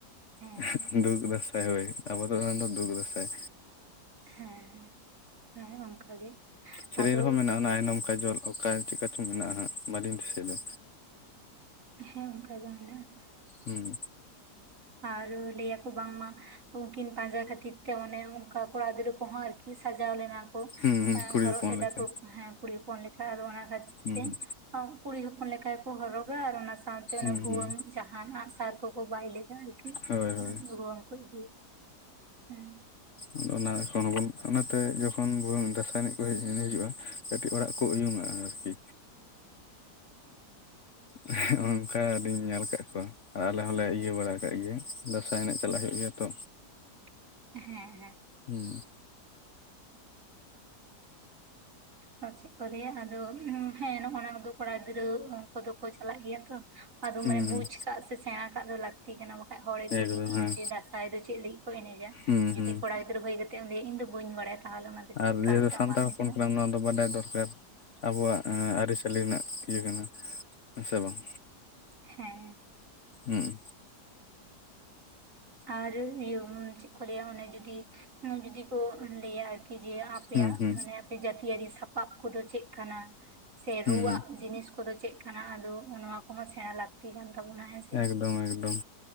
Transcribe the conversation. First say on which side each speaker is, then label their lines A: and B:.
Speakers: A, on the right; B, on the left.
A: ᱦᱮᱸ
B: <unintelligible> ᱫᱩᱠ ᱫᱟᱸᱥᱟᱭ ᱦᱚᱭ ᱟᱵᱚ ᱫᱚ ᱚᱱᱟ ᱫᱩᱠ ᱫᱟᱸᱥᱟᱭ
A: ᱦᱮᱸ ᱦᱮᱸ ᱚᱱᱠᱟᱜᱮ
B: ᱥᱮᱨᱮᱧ
A: ᱟᱫᱚ
B: ᱨᱮᱦᱚᱸ ᱢᱮᱱᱟᱜᱼᱟ ᱟᱭᱱᱚᱢ ᱠᱟᱡᱚᱞ ᱚᱠᱟ ᱪᱮᱫᱠᱟ ᱪᱚᱝ ᱢᱮᱱᱟᱜᱼᱟ ᱦᱟᱸᱜ ᱵᱟᱹᱞᱤᱧ ᱫᱤᱥᱟᱹᱭ ᱮᱫᱟ
A: ᱦᱮᱸ ᱚᱱᱠᱟ ᱜᱮ ᱢᱮᱱᱟᱜᱼᱟ
B: ᱦᱩᱸ
A: ᱟᱨ ᱞᱟᱹᱭ ᱟᱠᱚ ᱵᱟᱝᱢᱟ ᱩᱱᱠᱤᱱ ᱯᱟᱸᱡᱟ ᱠᱷᱟᱹᱛᱤᱨ ᱛᱮ ᱚᱱᱮ ᱚᱱᱠᱟ ᱠᱚᱲᱟ ᱜᱤᱫᱽᱨᱟᱹ ᱠᱚᱦᱚᱸ ᱟᱨᱠᱤ ᱥᱟᱡᱟᱣ ᱞᱮᱱᱟ ᱠᱚ
B: ᱦᱩᱸ ᱦᱩᱸ
A: ᱟ...
B: ᱠᱩᱲᱤ
A: ᱦᱚᱨᱚᱜ
B: ᱦᱚᱯᱚᱱ
A: ᱞᱮᱫᱟ
B: ᱞᱮᱠᱟ
A: ᱠᱚ ᱠᱩᱲᱤ ᱦᱚᱯᱚᱱ ᱞᱮᱠᱟ ᱟᱫᱚ ᱚᱱᱟ ᱠᱷᱟᱹᱛᱤᱨ
B: ᱦᱩᱸ
A: ᱛᱮ ᱠᱩᱲᱤ ᱦᱚᱯᱚᱱ ᱞᱮᱠᱟ ᱠᱚ ᱦᱚᱨᱚᱜᱟ ᱟᱨ ᱚᱱᱟ ᱥᱟᱶᱛᱮ ᱛᱮ
B: ᱦᱩᱸ
A: ᱵᱷᱩᱣᱟᱹᱝ
B: ᱦᱩᱸ
A: ᱡᱟᱦᱟᱱ ᱟᱜ-ᱥᱟᱨ ᱠᱚᱠᱚ ᱵᱟᱭ ᱞᱮᱫᱟ ᱟᱨᱠᱤ
B: ᱦᱳᱭ
A: ᱚᱱᱟ
B: ᱦᱳᱭ
A: ᱵᱷᱩᱣᱟᱹᱝ ᱠᱚ ᱤᱫᱤ ᱦᱮᱸ
B: ᱟᱫᱚ ᱚᱱᱟ ᱥᱚᱱ ᱟᱵᱚᱱ ᱚᱱᱟᱛᱮ ᱡᱚᱠᱷᱚᱱ ᱵᱚᱱ ᱫᱟᱸᱥᱟᱭ ᱮᱱᱮᱡ ᱠᱚ ᱦᱤᱡᱩᱜᱼᱟ ᱠᱟᱹᱴᱤᱡ ᱚᱲᱟᱜ ᱠᱚ ᱩᱭᱩᱝ-ᱟ ᱟᱨᱠᱤ
A: <inaudible>
B: <unintelligible> ᱚᱱᱠᱟ ᱞᱤᱧ ᱧᱮᱞ ᱟᱠᱟᱫ ᱠᱚᱣᱟ ᱟᱨ ᱟᱞᱮ ᱦᱚᱸᱞᱮ ᱤᱭᱟᱹ ᱵᱟᱲᱟ ᱠᱟᱸᱜ ᱜᱮᱭᱟ ᱫᱟᱸᱥᱟᱭ ᱮᱱᱮᱡ ᱪᱟᱞᱟᱜ ᱦᱩᱭᱩᱜ ᱜᱮᱭᱟ ᱛᱚ
A: <inaudible> ᱦᱮᱸ ᱦᱮᱸ
B: ᱦᱩᱸ
A: ᱚᱱᱟ ᱪᱮᱫ ᱠᱚ ᱞᱟᱹᱭᱟ ᱟᱫᱚ ᱦᱮᱸ ᱱᱚᱜᱱᱟ ᱠᱚᱫᱚ ᱠᱚᱲᱟ ᱜᱤᱫᱽᱨᱟᱹ ᱠᱚᱫᱚ ᱠᱚ ᱪᱟᱞᱟᱜ ᱜᱮᱭᱟ ᱛᱚ ᱟᱫᱚ
B: ᱦᱩᱸ
A: ᱢᱟᱱᱮ ᱵᱩᱡ ᱠᱟᱜ ᱥᱮ ᱥᱮᱬᱟ ᱠᱟᱜ ᱫᱚ ᱞᱟᱹᱠᱛᱤ ᱠᱟᱱᱟ ᱦᱚᱲ ᱮ ᱠᱩᱞᱤ
B: ᱮᱠᱫᱚᱢ
A: ᱢᱮᱭᱟ
B: ᱦᱮᱸ
A: ᱡᱮ ᱫᱟᱸᱥᱟᱭ ᱫᱚ ᱪᱮᱫ ᱞᱟᱹᱜᱤᱫ ᱠᱚ ᱮᱱᱮᱡᱟ
B: ᱦᱩᱸ
A: ᱡᱩᱫᱤ
B: ᱦᱩᱸ
A: ᱠᱚᱲᱟ ᱜᱤᱫᱽᱨᱟᱹ ᱦᱩᱭ ᱠᱟᱛᱮ ᱛᱮᱢ ᱞᱟ. ᱭᱟ ᱤᱧ ᱫᱚ ᱵᱟᱹᱧ ᱵᱟᱲᱟᱭᱟ ᱛᱟᱦᱚᱞᱮ ᱚᱱᱟ ᱫᱚ ᱪᱮᱫᱠᱟ
B: ᱟᱨ ᱡᱮᱦᱮᱛᱩ
A: ᱢᱤᱫᱴᱟᱝ
B: ᱥᱟᱱᱛᱟᱲ
A: ᱵᱟᱝ ᱟᱸᱡᱚᱢᱚᱜᱼᱟ
B: ᱦᱚᱯᱚᱱ ᱠᱟᱱᱟᱢ ᱱᱚᱣᱟ ᱵᱟᱰᱟᱭ ᱫᱚᱨᱠᱟᱨ ᱟᱵᱚᱣᱟᱜ ᱟᱹᱨᱤᱪᱟᱹᱞᱤ ᱨᱮᱱᱟᱜ ᱤᱭᱟᱹ ᱠᱟᱱᱟ ᱥᱮ ᱵᱟᱝ
A: ᱦᱮᱸ ᱾
B: ᱦᱩᱸ ᱾
A: ᱟᱨ ᱤᱭᱟᱹ ᱪᱮᱫ ᱠᱚ ᱞᱟᱹᱭᱟ ᱚᱱᱮ ᱡᱩᱫᱤ, ᱡᱩᱫᱤ ᱠᱚ ᱞᱟᱹᱭᱟ ᱡᱮ ᱟᱯᱮᱭᱟᱜ
B: ᱦᱩᱸ ᱦᱩᱸ
A: ᱢᱟᱱᱮ ᱟᱯᱮ ᱡᱟᱹᱛᱤᱭᱟᱹᱨᱤ ᱥᱟᱯᱟᱵ ᱠᱚᱫᱚ ᱪᱮᱫ ᱠᱟᱱᱟ? ᱥᱮ
B: ᱦᱩᱸ
A: ᱨᱩᱣᱟᱜ
B: ᱦᱩᱸ
A: ᱡᱤᱱᱤᱥ ᱠᱚᱫᱚ ᱪᱮᱫ ᱠᱟᱱᱟ? ᱟᱫᱚ ᱱᱚᱣᱟ ᱠᱚᱦᱚᱸ ᱥᱮᱬᱟ ᱞᱟᱹᱠᱛᱤ ᱠᱟᱱ ᱛᱟᱵᱚᱱᱟ ᱦᱮᱸ ᱥᱮ
B: ᱮᱠᱫᱚᱢ ᱮᱠᱫᱚᱢ